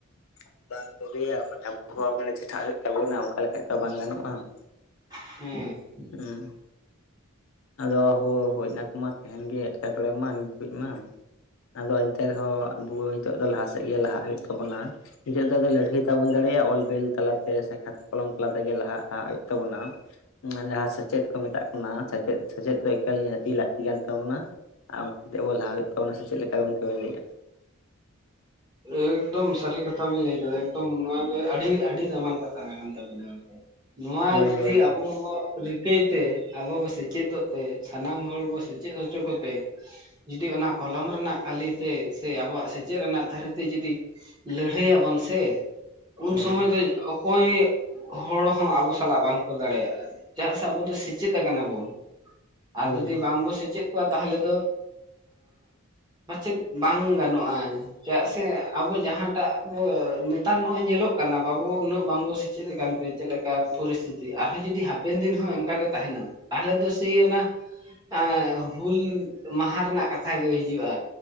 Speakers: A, on the left; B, on the right.
A: ᱾ ᱵᱟᱝ ᱵᱷᱟᱹᱜᱤᱭᱟ ᱢᱟᱱᱮ ᱟᱵᱚᱦᱟᱣᱟ <unintelligible> ᱢᱟᱱᱮ ᱪᱮᱴᱷᱟᱜ ᱦᱩᱭᱩᱜ ᱛᱟᱵᱚᱱᱟ ᱚᱱᱠᱟ ᱞᱮᱠᱷᱟᱡ ᱛᱚ ᱵᱟᱝ ᱜᱟᱱᱚᱜᱼᱟ ᱾
B: ᱦᱩᱸ ᱾
A: ᱦᱩᱸ ᱾ ᱟᱫᱚ ᱦᱳ ᱦᱚᱡᱼᱱᱟ ᱠᱚᱢᱟ ᱛᱟᱦᱮᱱ ᱜᱮ ᱮᱴᱠᱮᱴᱬᱮ ᱢᱟ ᱱᱤᱛ ᱠᱷᱚᱡ ᱢᱟ ᱟᱫᱚ ᱮᱱᱛᱮ ᱨᱮᱦᱚᱸ ᱟᱵᱚ ᱱᱤᱛᱚᱜ ᱫᱚ ᱞᱟᱦᱟ ᱥᱮᱫ ᱜᱮ ᱞᱟᱦᱟᱜ ᱦᱩᱭᱩᱜ ᱛᱟᱵᱚᱱᱟ ᱾ ᱱᱤᱛᱚᱜ ᱫᱚ ᱟᱵᱚ ᱞᱟᱹᱲᱦᱟᱹᱭ ᱛᱟᱵᱚᱱ ᱫᱟᱲᱮᱭᱟᱜᱼᱟ ᱚᱞᱵᱮᱞ ᱛᱟᱞᱟᱛᱮ ᱾ ᱥᱮᱠᱷᱟᱛ ᱠᱚᱞᱚᱢ ᱛᱟᱞᱟ ᱛᱮᱜᱮ ᱞᱟᱦᱟᱜ ᱟᱦᱟᱜ ᱦᱩᱭᱩᱜ ᱛᱟᱵᱚᱱᱟ, ᱡᱟᱦᱟᱸ ᱥᱮᱪᱮᱫ ᱠᱚ ᱢᱮᱛᱟᱜ ᱠᱟᱱᱟ ᱾ ᱚᱱᱟ ᱥᱮᱪᱮᱫ᱾ ᱥᱮᱪᱮᱫ ᱫᱚ ᱮᱠᱟᱞ ᱱᱤᱦᱟᱹᱛᱤ ᱞᱟᱹᱠᱛᱤ ᱠᱟᱱ ᱛᱟᱵᱚᱱᱟ, ᱟᱨ ᱚᱱᱠᱟ ᱠᱟᱮᱫ ᱟᱵᱚ ᱞᱟᱦᱟ ᱦᱩᱭᱩᱜ ᱛᱟᱵᱚᱱᱟ ᱥᱮ ᱪᱮᱫ ᱞᱮᱠᱟ ᱜᱚᱢᱠᱮ ᱵᱮᱱ ᱞᱟᱹᱭᱮᱫᱼᱟ᱾
B: ᱮᱠᱫᱚᱢ ᱥᱟᱹᱨᱤ ᱠᱟᱛᱷᱟ ᱵᱤᱱ ᱞᱟᱹᱭ ᱠᱮᱫᱟ ᱮᱠᱫᱚᱢ ᱱᱚᱣᱟ ᱜᱮ ᱟᱹᱰᱤ ᱟᱹᱰᱤ ᱫᱟᱢᱟᱱ ᱠᱟᱛᱷᱟ ᱠᱟᱱ ᱛᱟᱵᱤᱱᱟ ᱜᱚᱢᱠᱮ᱾ ᱱᱚᱣᱟ
A: ᱦᱳᱭ
B: ᱡᱩᱫᱤ
A: ᱦᱳᱭ
B: ᱟᱵᱚ ᱵᱚ ᱨᱤᱠᱟᱹᱭᱛᱮ ᱟᱵᱚ ᱵᱚ ᱥᱮᱪᱮᱫᱚᱜ ᱛᱮ ᱥᱟᱱᱟᱢ ᱦᱚᱲ ᱵᱚ ᱥᱮᱪᱮᱫ ᱦᱚᱪᱚ ᱠᱚᱛᱮ, ᱡᱩᱫᱤ ᱚᱱᱟ ᱠᱚᱞᱚᱢ ᱨᱮᱱᱟᱜ ᱠᱟᱹᱞᱤᱛᱮ ᱥᱮ ᱟᱵᱚᱣᱟᱜ ᱥᱮᱪᱮᱫ ᱨᱮᱱᱟᱜ ᱛᱟᱹᱨᱤ ᱛᱮ, ᱛᱮ ᱡᱩᱫᱤ ᱞᱟᱹᱲᱦᱟᱹᱭ ᱭᱟᱵᱚᱱ ᱥᱮ ᱩᱱ
A: ᱦᱳᱭ
B: ᱥᱚᱢᱚᱭ ᱫᱚᱭ ᱚᱠᱚᱭ ᱦᱚᱲ ᱦᱚᱸ ᱟᱵᱚ ᱥᱟᱞᱟᱜ ᱵᱟᱝᱠᱚ ᱫᱟᱲᱮᱭᱟᱜᱼᱟ, ᱪᱟᱜ ᱥᱮ ᱟᱵᱚ ᱫᱚ ᱥᱮᱪᱮᱫ ᱟᱠᱟᱱᱟ ᱵᱚᱱ᱾ ᱟᱨ
A: ᱦᱳᱭ
B: ᱡᱩᱫᱤ ᱵᱟᱝᱵᱚ ᱥᱮᱪᱮᱫ ᱠᱚᱜ ᱟ ᱛᱟᱦᱚᱞᱮ ᱫᱚ ᱯᱟᱪᱮᱫ ᱵᱟᱝ ᱜᱟᱱᱚᱜᱼᱟ ᱪᱟᱜ ᱥᱮ ᱥᱮ ᱟᱵᱚ ᱡᱟᱦᱟᱸᱴᱟᱜ ᱵᱚ ᱱᱮᱛᱟᱨ ᱱᱚᱜᱼᱚᱭ ᱧᱮᱞᱚᱜ ᱠᱟᱱᱟ ᱵᱟᱵᱚ ᱩᱱᱟᱹᱜ ᱵᱟᱝᱵᱚ ᱥᱮᱪᱮᱫ ᱟᱠᱟᱱᱛᱮ, ᱪᱮᱫ ᱞᱮᱠᱟ ᱯᱚᱨᱤᱥᱛᱷᱤᱛᱤ ᱟᱨᱦᱚᱸ ᱡᱩᱫᱤ ᱦᱟᱯᱮᱱ ᱫᱤᱱ ᱦᱚᱸ ᱚᱱᱠᱟᱜᱮ ᱛᱟᱦᱮᱱᱟ ᱛᱟᱦᱚᱞᱮ ᱫᱚ ᱥᱮᱭ ᱚᱱᱟ ᱮ ᱦᱩᱞ ᱢᱟᱦᱟ ᱨᱮᱱᱟᱜ ᱠᱟᱛᱷᱟ ᱜᱮ ᱦᱤᱡᱩᱜᱼᱟ᱾